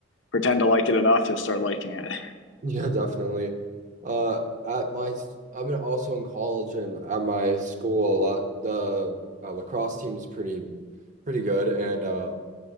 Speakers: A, on the left (about 75°); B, on the right (about 40°).
A: pretend to like it enough, you'll start liking it.
B: Yeah, definitely. Uh, at my, s- I'm in- also in college and at my school a lot. The uh, lacrosse team is pretty pretty good, and uh,